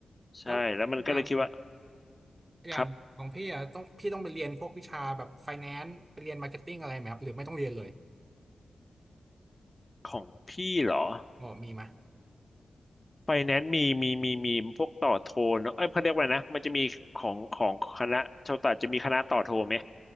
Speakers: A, on the left; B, on the right.
A: ใช่แล้วมันก็เลยคิดว่า
B: แล้วอย่างอย่างของพี่อ่ะต้องพี่ต้องไปเรียนพวกวิชาแบบไฟแนนซ์ไปเรียนมาร์เก็ตติ้งอะไรไหมครับหรือไม่ต้องเรียนเลย
A: ครับของพี่เหรอ
B: บอกมีไหม
A: ไฟแนนซ์มีมีมีมีพวกต่อโทเนอะเอ้ยเขาเรียกว่านะมันจะมีของของคณะชาวศาสตร์จะมีคณะต่อโทไหม